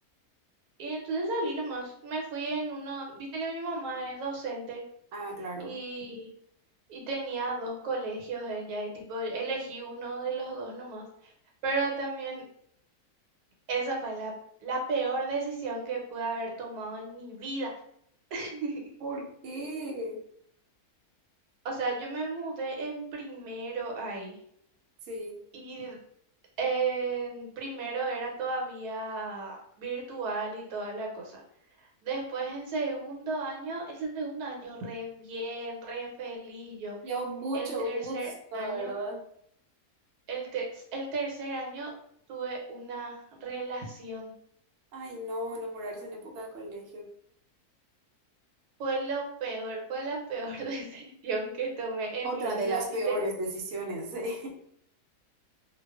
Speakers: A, on the right (about 80°); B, on the right (about 65°).
A: Y entonces salí nomás, me fui en uno, viste que mi mamá es docente
B: Ah, claro.
A: y, y tenía dos colegios ella, y tipo, elegí uno de los dos nomás, pero también esa fue la, la peor decisión que pude haber tomado en mi vida. <laughs>
B: ¿Por qué?
A: O sea, yo me mudé en primero ahí
B: Sí.
A: y en primero era todavía virtual y toda la cosa. Después en segundo año, el segundo año re bien, re feliz yo.
B: Yo mucho
A: El tercer
B: gusto, ¿verdad?
A: año, el, ter- el tercer año tuve una relación.
B: Ay, no, enamorarse en época de colegio.
A: Fue lo peor, fue la peor <laughs> decisión que tomé en
B: Otra
A: mi vida,
B: de las
A: literalmente.
B: peores decisiones, eh. <laughs>